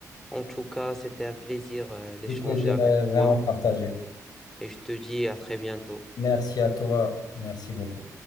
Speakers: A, in the centre; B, on the left.
A: En tout cas, c'était un plaisir euh, d'échanger
B: Du plaisir
A: avec
B: euh, vraiment
A: toi
B: partagé.
A: et je te dis à très bientôt.
B: Merci à toi. Merci beaucoup.